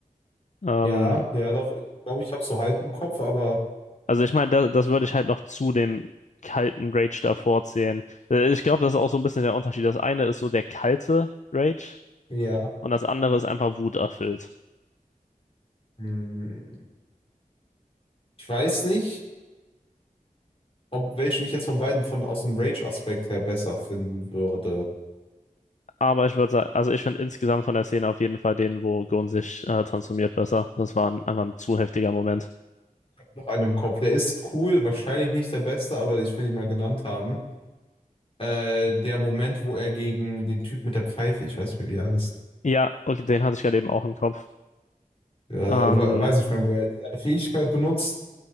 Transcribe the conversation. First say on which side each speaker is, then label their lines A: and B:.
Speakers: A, on the left; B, on the left.
A: Ähm,
B: ja, ja, doch. Ich glaube, ich habe so halb im Kopf, aber
A: also ich meine, das, das würde ich halt noch zu dem kalten Rage davor zählen. Äh, Ich glaube, das ist auch so ein bisschen der Unterschied. Das eine ist so der kalte Rage
B: ja.
A: und das andere ist einfach wuterfüllt.
B: Hm. Ich weiß nicht, ob welchen ich jetzt von beiden von aus dem Rage-Aspekt her besser finden würde.
A: Aber ich würde sagen, also ich finde insgesamt von der Szene auf jeden Fall den, wo Gon sich äh, transformiert, besser. Das war ein, einfach ein zu heftiger Moment.
B: Noch einen im Kopf. Der ist cool, wahrscheinlich nicht der beste, aber ich will ihn mal genannt haben. Äh, der Moment, wo er gegen den Typ mit der Pfeife, ich weiß nicht mehr, wie er heißt,
A: Ja, okay, den hatte ich gerade eben auch im Kopf.
B: äh, we-
A: Ähm,
B: weiß nicht mehr, wo er seine Fähigkeit benutzt